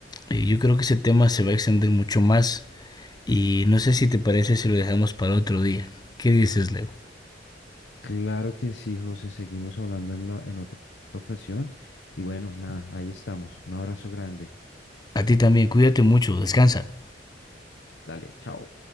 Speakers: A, on the left; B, on the left.
A: eh, yo creo que ese tema se va a extender mucho más y no sé si te parece si lo dejamos para otro día. ¿Qué dices, Leo?
B: Claro que sí, José, seguimos hablando en, la- en otra ocasión y bueno, nada, ahí estamos. Un abrazo grande.
A: A ti también, cuídate mucho, descansa.
B: Dale, chao.